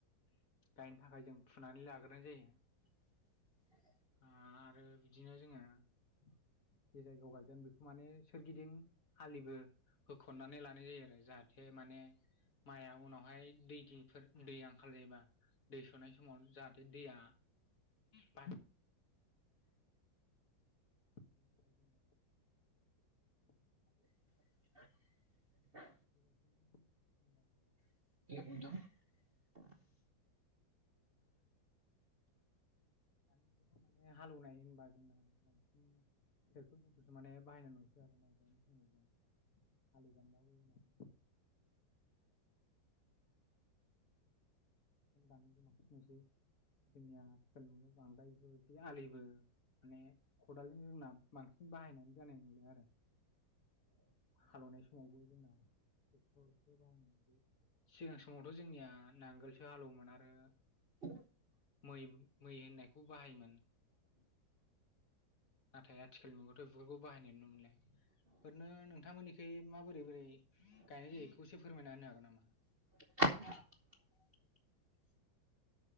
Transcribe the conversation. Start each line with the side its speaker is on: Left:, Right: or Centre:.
Left: गायनो थाखाय जों फुनानै लाग्रोनाय जायो।
Right: <inaudible>
Left: आरो बिदिनो जोंङो ज जायगायाव गायगोन बेखौ माने सोरगिदिं आलिबो होखननानै लानाय जायो आरो जाहाथे माने माइआ उनावहाय दैफोर दैया ओंखार जायोबा दै सोनाय समाव जाहाथे दैया ब बिनि थाखाय जोंयो <unintelligible>
Right: <unintelligible>
Left: बे बायदिनो
Right: <unintelligible> <unintelligible>
Left: दानिखौथ' माने हालेवनाय होनबा जोंना बांसिन ट्रेक्टर मथलसो माने बाहायनाय नुसै बार माानाय समाव ज आलि गानलाबो होननानै बेनि <unintelligible> <unintelligible> सिनिया आथिखाल बांद्राय बेफोरबायदि आलिबो माने खदालजों जोंना बांसिन बाहायनानै जानाय नंलिया आरो हालेवनाय समावबो जोंना <unintelligible> <unintelligible> सिगां समावथ' जोंनिया नांगोलसो हालौवोमोन आरो
Right: औ
Left: मै मै होननायखौ बाहायोमोन नाथाय आथिखालनि मुगायावथ' बेफोरखौ बाहायनाय नुनो मोनलाय ओरैनो नोंथांमोननिख माबोरै बोरै गायनाय जायोखौ एसे फोरमायना होनो हागोन नामा
Right: <inaudible>